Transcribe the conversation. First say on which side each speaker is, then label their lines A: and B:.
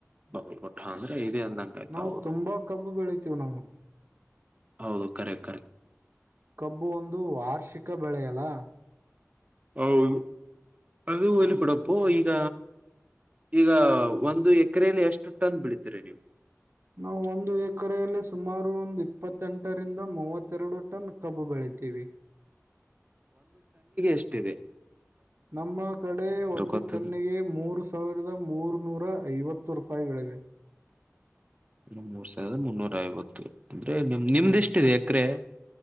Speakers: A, on the right; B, on the right.
A: ಬಲ್ ಕೊಟ್ಟ ಅಂದ್ರೆ ಇದದೆ ಅಂದ ನಾಯ್ತ
B: ನಾವು
A: ಹೌದು
B: ತುಂಬಾ ಕಬ್ಬು ಬೆಳಿತೀವಿ ನಾವು
A: ಹೌದು ಕರೆಕ್ಟ್ ಕರೆಕ್ಟ್
B: ಕಬ್ಬು ಒಂದು ವಾರ್ಷಿಕ ಬೆಳೆಯಲ್ಲ
A: ಹ್ಮ ಅದು ಇಲ್ಲಿ ಕೊಡಪ್ಪು ಈಗ ಈಗ ಒಂದು ಎಕ್ರೆಯಲ್ಲಿ ಎಷ್ಟು ಟಂದ ಬಿಳಿತೀರಿ ನೀವು
B: ನಾವು ಒಂದು ಎಕರೆಯಲ್ಲಿ ಸುಮಾರು ಒಂದು ಇಪ್ಪತ್ತೆಂಟರಿಂದ ಮೂವತ್ತು ಇತ್ತೆರಡು ಟನ್ ಕಬ್ಬು ಬೆಳಿತೀವಿ
A: ಎಷ್ಟೇವೆ
B: ನಮ್ಮ ಕಡೆ ಒಂದು
A: ಗೊತ್ತದ
B: ಟನ್ನಿಗೆ ಮೂರ್ ಸಾವಿರದ ಮೂರ್ನೂರ ಐವತ್ತು ರೂಪಾಯಿಗಳ ಹ
A: ಇ ಮೂರ್ ಸಾವಿರದ ಮುನ್ನೂರ ಐವತ್ತು
B: ಹ್ಮ್
A: ನಿಮ್ದಿಷ್ಟ ಇದೆ ಎಕರೆ